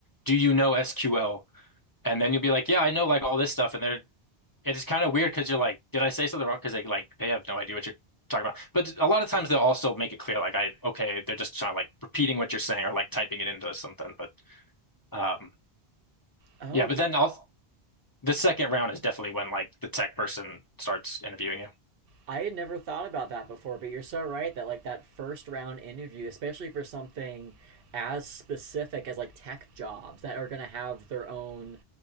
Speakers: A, on the left; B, on the right.
A: do you know SQL? And then you'll be like, yeah, I know like all this stuff. And they're, it's kind of weird because you're like, did I say something wrong? Because they like, they have no idea what you're talking about. But a lot of times they'll also make it clear, like, I, okay, they're just trying like repeating what you're saying or like typing it into something. But, um,
B: Oh,
A: Yeah, but
B: that,
A: then I'll the second round is definitely when like the tech person starts interviewing you.
B: I had never thought about that before, but you're so right that like that first round interview, especially for something as specific as like tech jobs that are going to have their own